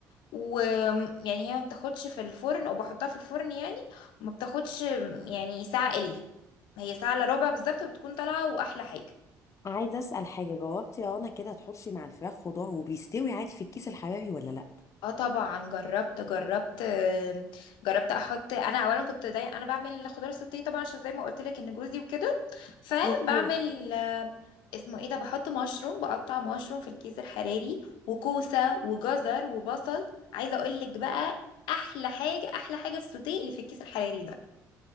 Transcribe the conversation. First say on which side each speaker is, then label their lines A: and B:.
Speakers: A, on the left; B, on the left.
A: ويعني هي ما بتاخدش في الفرن او بحطها في الفرن يعني ما بتاخدش يعني ساعه الا هي ساعه الا ربع بالظبط بتكون طالعه واحلى حاجه
B: عايزه اسال حاجه جاوبتي يا رنا كده تحطي مع الفراخ خضار وبيستوي عادي في الكيس الحراري ولا لا
A: اه طبعا جربت جربت آم، جربت احط انا اولا كنت داي انا بعمل خضار سوتيه طبعا عشان زي ما قلت لك ان جوزي وكده فبعمل
B: مم.
A: آم، اسمه ايه ده بحط مشروم بقطع مشروم في الكيس الحراري وكوسه وجزر وبصل عايزه اقول لك بقى احلى حاجه احلى حاجه السوتيه اللي في الكيس الحراري ده